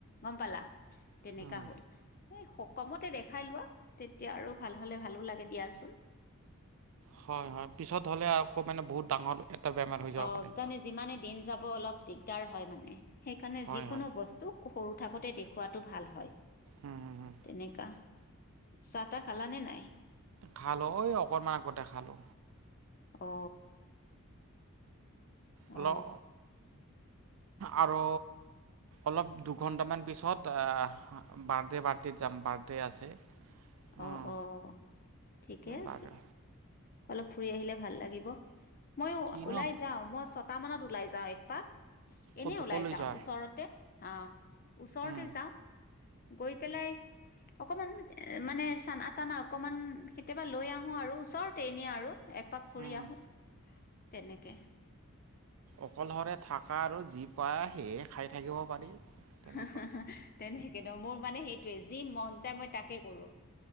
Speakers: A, on the left; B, on the right.
A: গম পালা। তেনেকা
B: উম,
A: হল এ কমতে দেখাই লোৱা, তেতিয়া আৰু ভাল হলে ভালো লাগে দিয়াচোন। আচল <unintelligible>
B: হয় হয় পিছত হ'লে আকৌ মানে বহুত ডাঙৰ এটা বেমাৰ হৈ যাব
A: অ
B: পাৰে।
A: তাৰমানে যিমানে দিন যাব অলপ দিগদাৰ হয় মানে। সেইকাৰণে
B: হয়
A: যিকোনো
B: হয়
A: বস্তু সৰু থাকোতে দেখুৱাটো ভাল হয়।
B: উম উম উম
A: তেনেকা চাহ তাহ খালানে নাই?
B: খালো ঐ অকণনমান আগতে খালো।
A: অ। অ।
B: অলপ আৰু অলপ দুঘণ্টামান পিছত আ বাৰ্থডে পাৰ্টিত যাম বাৰ্থডে' আছে। উম
A: অ অ ঠিকেই
B: বাৰ্থডে
A: আছে। অলপ ফুৰি আহিলে ভাল লাগিব। মই
B: কিনো
A: ওলাই যাওঁ মই ছটা মানত ওলাই যাওঁ একপাক। এনে
B: ক'ত
A: ওলাই
B: ক'লৈ
A: যাওঁ
B: যোৱা
A: ওচৰতে। অ ওচৰতে
B: উম
A: যাওঁ গৈ পেলাই অকমান মানে চানা টানা অকমান কেতিয়াবা লৈ আহো আৰু ওচৰত তেনে আৰু একপাক ফুৰি
B: উম
A: আহো তেনেকে।
B: অকলশৰে থাকা আৰু যি পোৱা সেয়ে খাই থাকিব পাৰি তেনেকুৱা
A: সে সেই সে তেনেক নো মোৰ মানে সেইটোয়ে যি মন যায় মই তাকে কৰো।